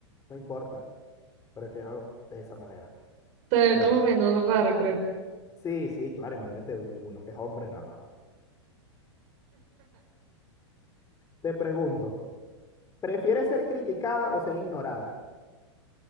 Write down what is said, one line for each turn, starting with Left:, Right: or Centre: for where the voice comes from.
Left: no importa. Prefiero de esa manera,
Right: Ser
Left: de
Right: como
Left: verdad.
Right: menos raro, creo.
Left: Sí, sí, claro, imagínate uy, uno que es hombre, no, no, no. Te pregunto, ¿prefieres ser criticada o ser ignorada?